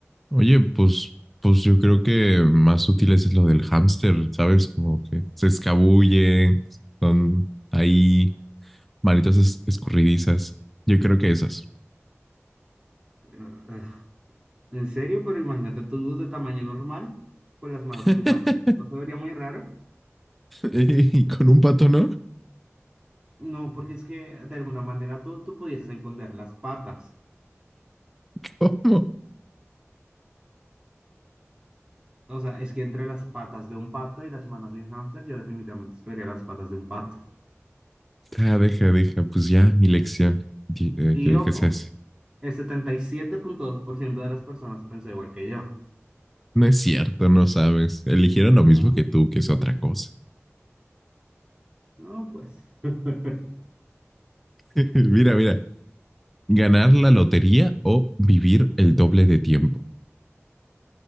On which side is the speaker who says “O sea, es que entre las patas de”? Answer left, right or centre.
Right